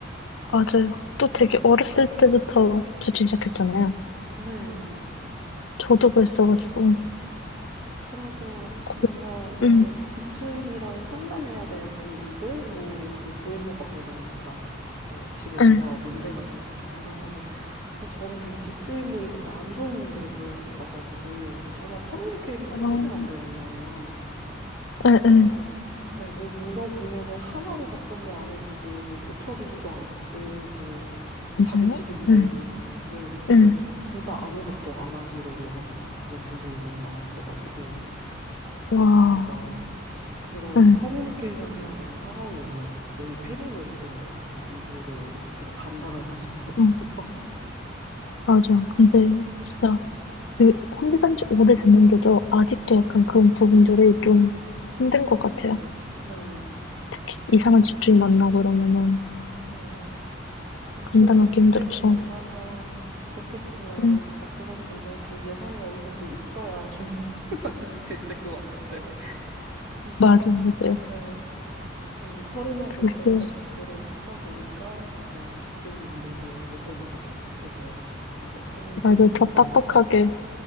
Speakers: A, on the left; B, on the right.
A: 맞아요. 또 되게
B: 네.
A: 어렸을 때부터 재충 시작했잖아요.
B: 네.
A: 저도 그랬어가지고.
B: 그래서
A: 고...
B: 뭔가 이제
A: 음.
B: 집주인이랑 상담해야 되는 일들, 뭐 예를 들어 보일러가 고장났다, 뭐 집에 뭐가
A: 응,
B: 문제가 생겼다 이러면은 근데 저는 되게 집주인들이 되게 안 좋은 분들이 걸렸었어가지고, 정말 커뮤니케이션이
A: 어,
B: 전혀 안 되는 거예요.
A: 응,
B: 뭐,
A: 응,
B: 네, 뭘 물어보면은 하나도 답변도 안 해주고, 뭐 고쳐주지도 않고, 뭐,
A: 진짜요?
B: 자기 집인데,
A: 응,
B: 네, 근데
A: 응.
B: 진짜 아무것도 안 하시려고 하던 그런 분들이 너무 많았어가지고, 그래서
A: 와,
B: 진짜 그런
A: 응,
B: 커뮤니케이션 해야 되는 상황이 오면 거의 패닉을 했던 것 같아요. 이거를 제가 감당할 자신이 없어서.
A: 응, 맞아. 근데 진짜 그 혼자 산지 오래됐는데도 아직도
B: <laughs>
A: 약간
B: 네.
A: 그런 부분들이 좀 힘든
B: 맞아요.
A: 것 같아요.
B: 네,
A: 특히 이상한 집주인 만나고 이러면은
B: 맞아요. 좀
A: 감당하기
B: 좋은 집주인을
A: 힘들어서.
B: 만나면 좋겠지만,
A: 응,
B: 이제 그런 분들은 또 예산이 어느 정도 있어야 좋은 <laughs> 분을 만날 수 있을 것 같은데. 음,
A: 맞아요, 맞아요.
B: 네, 좀 허름하고
A: 그게
B: 저렴한 집들을 찾다 보니까, 이제 집주인분들도 먹고 살기 팍팍해서, 이제 커뮤니케이션
A: 맞아,
B: 하기
A: 더
B: 어렵고.
A: 빡빡하게,